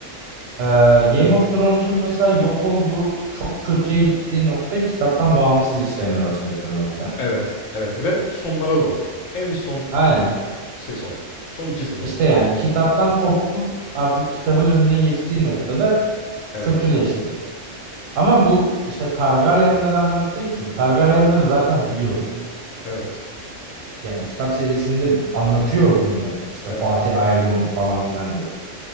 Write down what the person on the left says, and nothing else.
Evet, evet ve sonlara doğru. En son
sezon. Son iki sezon
diyelim.
Evet,
evet,
evet.